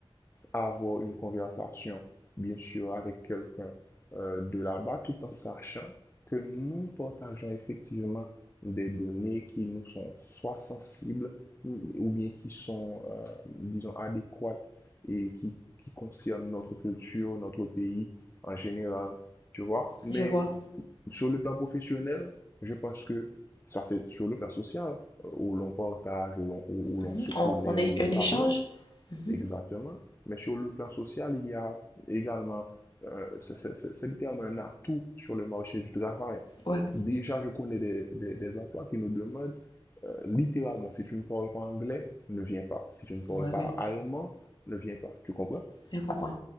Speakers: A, on the left; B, on the left.
A: avoir une conversation, bien sûr, avec quelqu'un euh, de là-bas, tout en sachant que nous partageons effectivement des données qui nous sont soit sensibles ou bien qui sont, euh, disons, adéquates et qui, qui concernent notre culture, notre pays en général, tu vois. Mais
B: je vois.
A: sur le plan professionnel, je pense que ça, c'est sur le plan social, euh, où l'on partage, où l'on où- où l'on
B: Mhm,
A: se connaît,
B: On, on est
A: où l'on
B: un
A: s'apprend.
B: échange. Mhm,
A: Exactement. Mais sur le plan social, il y a également, euh, c'est c'est- c'est- littéralement un atout sur le marché du travail.
B: ouais,
A: Déjà, je connais des, des- des emplois qui nous demandent euh, littéralement, si tu ne parles pas anglais, ne viens pas. Si tu ne parles
B: ouais,
A: pas
B: ouais,
A: allemand, ne viens pas. Tu comprends?
B: je comprends.